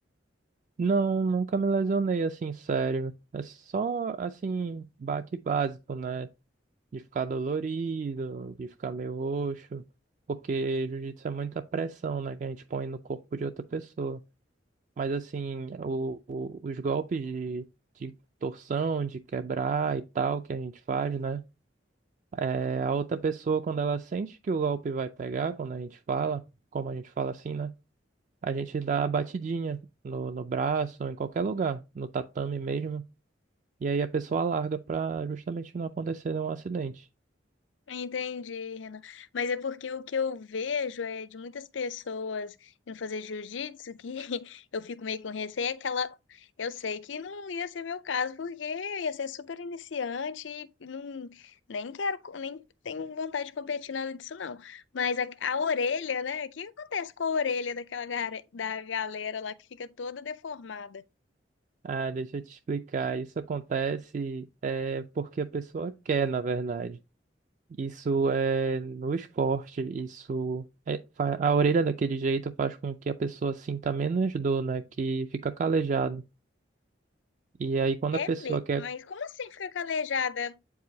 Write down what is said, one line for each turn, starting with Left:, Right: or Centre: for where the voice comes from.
Right: Não, nunca me lesionei assim, sério. É só assim, baque básico, né? De ficar dolorido, de ficar meio roxo. Porque jiu-jitsu é muita pressão, né? Que a gente põe no corpo de outra pessoa. Mas assim, o- o- os golpes de, de torção, de quebrar e tal que a gente faz, né? É, a outra pessoa, quando ela sente que o golpe vai pegar, quando a gente fala, como a gente fala assim, né? A gente dá a batidinha no, no braço, em qualquer lugar, no tatame mesmo. E aí a pessoa larga pra justamente não acontecer um acidente.
Left: Entendi, Renan. Mas é porque o que eu vejo é de muitas pessoas indo fazer jiu-jitsu que <laughs> eu fico meio com receio, é aquela. Eu sei que não ia ser meu caso, porque eu ia ser super iniciante e não, nem quero, co- nem tenho vontade de competir nada disso, não. Mas a, a orelha, né? O que acontece com a orelha daquela gara- da galera lá que fica toda deformada?
Right: Ah, deixa eu te explicar. Isso acontece é, porque a pessoa quer, na verdade. Isso é no esporte, isso é- fa- a orelha daquele jeito faz com que a pessoa sinta menos dor, né? Que fica calejado. E aí quando
Left: É,
Right: a pessoa
Left: me...
Right: quer,
Left: mas como assim fica calejada?